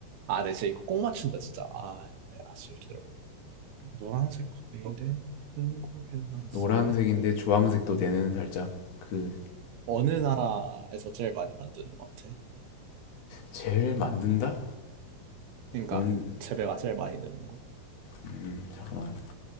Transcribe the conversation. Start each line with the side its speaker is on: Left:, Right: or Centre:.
Right: 아, 나 진짜 이거 꼭 맞춘다, 진짜. 아, 아, 진짜 기다려봐. 노란색 과일에 한국에 안 쓰고
Left: 노란색인데 주황색도 되는 살짝 그
Right: 어느 나라에서 제일 많이 만드는 것 같아?
Left: 젤 만든다?
Right: 그러니까
Left: 원...
Right: 재배가 제일 많이 되는 거.
Left: 음, 잠깐만